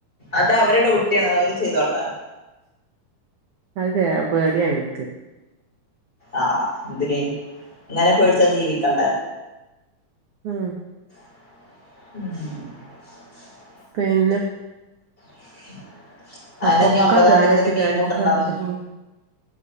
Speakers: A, on the left; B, on the right.
A: അത് അവരുടെ കുട്ടിയാണ് അവർ ചെയ്തോട്ടെ
B: അതെ പേടിയാണ് എനക്ക്
A: ആഹ എന്തിന് ഇങ്ങനെ പേടിച്ചാ ജീവിക്കണ്ടെ
B: മ്
A: <inaudible>
B: പിന്നെ
A: <inaudible> അയന്നെ
B: അപ്പൊക്കെ
A: ഇനി ഒമ്പതാം
B: കേടത്തി
A: തീയതി മുതല് മീൻ
B: കേടത്തി
A: കൂട്ടണ്ടാന്ന്
B: <unintelligible>